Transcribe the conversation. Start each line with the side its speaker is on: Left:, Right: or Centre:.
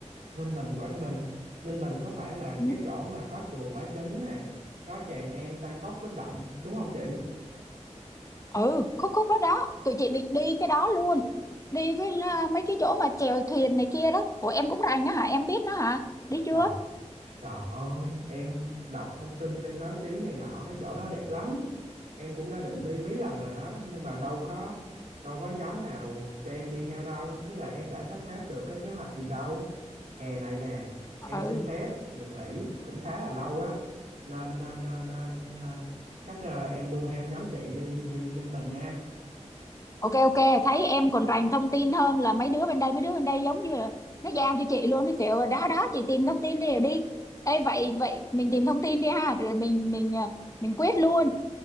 Right: Ninh Bình, Quảng Bình. Ninh Bình có phải là
Left: Ừ,
Right: cái chỗ mà có chùa Bái Đính nè, có Tràng An, Tam Cốc, Bích Động, đúng không chị?
Left: ừ khúc khúc đó đó, tụi chị định đi cái đó luôn. Đi với ờ, mấy cái chỗ mà chèo thuyền này kia đó. Ủa em cũng rành á hả? Em biết nó hả? Đi chưa?
Right: Trời Trời ơi, em đọc thông tin trên báo chí này nọ cái chỗ đó đẹp lắm. Em cũng đã định đi mấy lần rồi đó, nhưng mà đâu có đâu có nhóm nào cho em đi theo đâu, với lại em đã sắp xếp được cái kế hoạch gì đâu. Hè này nè, em
Left: Ừ.
Right: xin phép được nghỉ cũng khá là lâu á. Nên nên nên, nên à, chắc à, em đu theo nhóm chị đi đi Ninh Bình nha.
Left: ok ok thấy em còn rành thông tin hơn là mấy đứa bên đây mấy đứa bên đây giống như là nó giao cho chị luôn cái kiểu đó đó chị tìm thông tin đi rồi đi ê vậy vậy mình tìm thông tin đi ha rồi mình mình ờ, mình quyết luôn